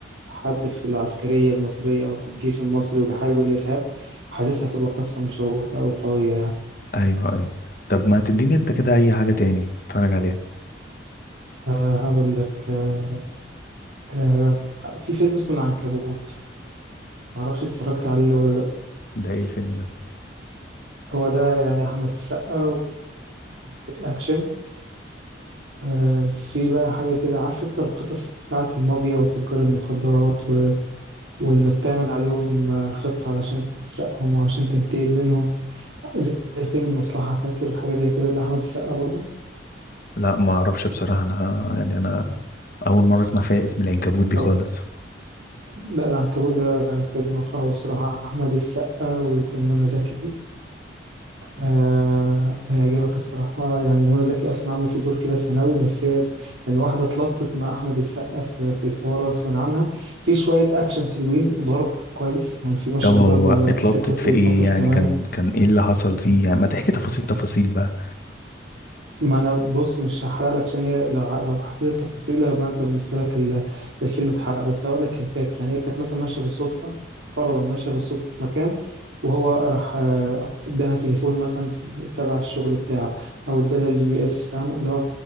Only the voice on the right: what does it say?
حد في العسكريه المصريه او في الجيش المصري وبيحارب الارهاب حاسسها هتبقى قصه مشوقه وقويه يعني
أه هقول لك أه أه في فيلم اسمه العنكبوت معرفش اتفرجت عليه ولا لأ.
هو ده يعني احمد السقا واكشن أه في بقى حاجه كده عارف انت القصص بتاعه المافيا وتجار المخدرات وإنك تعمل عليهم آه، خطة علشان تسرقهم وعشان تنتقم منهم زي فيلم المصلحة فاكر حاجة زي كده لأحمد السقا برضو
طيب
لا العنكبوت ده فيلم قوي الصراحة أحمد السقا وكان منى زكي آه هيعجبك الصراحة يعني منى زكي أصلا عاملة فيه دور كده ثانوي بس هي يعني واحدة اتلطت مع أحمد السقا في, في الحوار غصب عنها في شوية أكشن حلوين وضرب كويس يعني في مشهد
ضرب أفتكره
في
القطر
كمان
ما انا بص مش هحرق لك عشان هي لو ع- لو حكيت التفاصيل يبقى انت بالنسبه لك ال- الفيلم اتحرق بس هقول لك هنتات يعني هي كانت مثلا ماشيه بالصدفه فرضا ماشيه بالصدفه في مكان وهو راح آه، اداها تليفون مثلا تبع الشغل بتاعه او ادالها الجي بي اس فاهم اللي هو